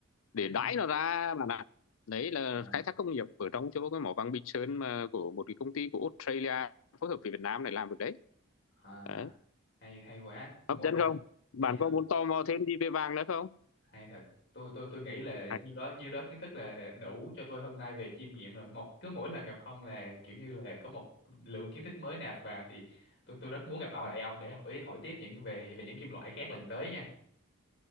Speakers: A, on the left (about 75°); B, on the left (about 55°).
A: để
B: ừ
A: đãi nó ra bạn ạ đấy là
B: à,
A: khai thác công nghiệp ở trong chỗ cái mỏ vàng Bình Sơn mà của một cái công ty của Australia phối hợp với Việt Nam này làm được đấy,
B: à
A: đấy.
B: hay hay quá mỗi
A: hấp dẫn
B: lần
A: không bạn
B: hay thật
A: có muốn tò mò thêm gì về vàng nữa không
B: hay thật tôi tôi tôi nghĩ là
A: À,
B: nhiêu đó nhiêu đó kiến thức là đủ cho tôi hôm nay về chiêm nghiệm rồi một cứ mỗi lần gặp ông là kiểu như là có một lượng kiến thức mới nạp vào thì tôi tôi rất muốn gặp ông lại ông để hỏi hỏi tiếp những về về những kim loại khác lần tới nha